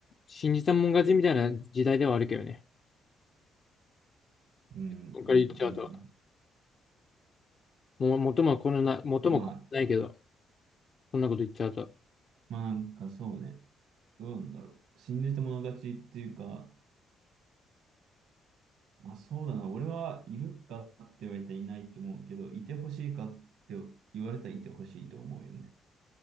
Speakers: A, on the left (about 45°); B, on the right (about 80°).
A: 信じたもん勝ちみたいな時代ではあるけどね、
B: う。うん、
A: これから言っちゃうと、
B: うん、うん。
A: もう元もこのな、元もこのないけど、
B: まあ、
A: こんなこと言っちゃうと。
B: まあなんかそうね、どうなんだろう。死んでてもの勝ちっていうか、まあそうだな、俺はいるかって言われたらいないと思うけど、いてほしいかって言われたらいてほしいと思うよね。